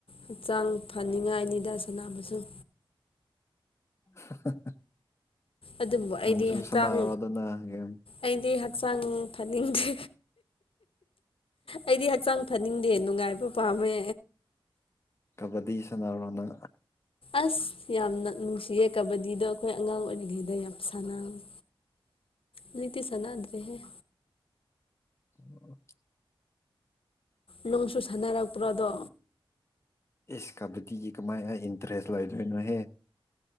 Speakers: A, on the left; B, on the left.
A: ꯍꯛꯆꯥꯡ ꯐꯅꯤꯡꯉꯥꯏꯅꯤꯗ ꯁꯥꯟꯅꯥꯅꯕꯁꯨ
B: <unintelligible>
A: ꯑꯗꯨꯕꯨ ꯑꯩꯗꯤ
B: ꯅꯪꯁꯨ
A: ꯍꯛꯆꯥꯡ
B: ꯁꯥꯟꯅꯔꯣꯗꯅ ꯒꯦꯝ
A: ꯑꯩꯗꯤ ꯍꯛꯆꯥꯡ ꯐꯅꯤꯡꯗꯦ ꯑꯩꯗꯤ ꯍꯛꯆꯥꯡ ꯐꯅꯤꯡꯗꯦ ꯅꯨꯡꯉꯥꯏꯕ ꯄꯥꯝꯃꯦ
B: ꯀꯕꯗꯤ ꯁꯅꯥꯔꯅ
A: ꯑꯁ ꯌꯥꯝꯅ ꯅꯨꯡꯁꯤꯌꯦ ꯀꯕꯗꯤꯗꯣ ꯑꯩꯈꯣꯏ ꯑꯉꯥꯡ ꯑꯣꯏꯔꯤꯉꯩꯗ ꯌꯥꯝ ꯁꯥꯟꯅꯝꯃꯤ ꯅꯇ ꯆꯅꯗ꯭ꯔꯦꯦ
B: ꯑꯣꯝ
A: ꯅꯪꯁꯨ ꯁꯥꯟꯅꯔꯛꯄ꯭ꯔꯣ ꯑꯗꯣ
B: ꯏꯁ ꯀꯕꯗꯤꯒꯤ ꯀꯃꯥꯏ ꯏꯟꯇꯔꯦꯁ ꯂꯥꯏꯗꯣꯏꯅꯍꯦ